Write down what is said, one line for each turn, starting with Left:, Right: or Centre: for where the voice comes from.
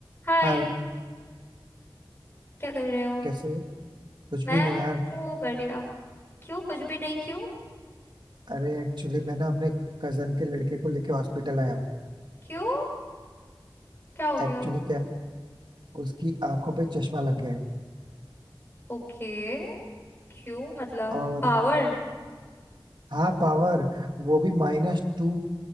Left: हाय
Right: हाय
Left: क्या कर रहे हो
Right: कैसे हो कुछ
Left: मैं
Right: भी नहीं यार
Left: तो बढ़िया क्यों कुछ भी नहीं क्यों
Right: अरे एक्चुअली मैं ना अपने कजन के लड़के को लेके हॉस्पिटल आया हूँ
Left: क्यों क्या हो गया
Right: एक्चुअली क्या है, उसकी आंखों पे चश्मा लग गया है
Left: ओके क्यों मतलब
Right: और
Left: पावर
Right: हाँ पावर वो भी माइनस टू